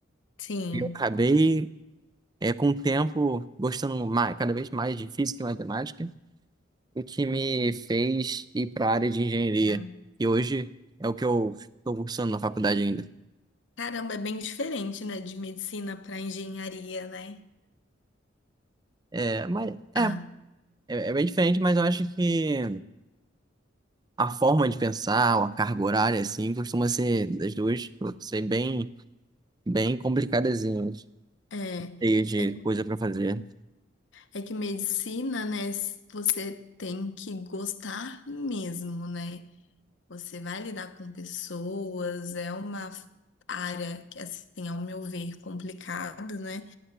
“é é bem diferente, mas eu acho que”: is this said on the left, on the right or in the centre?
Right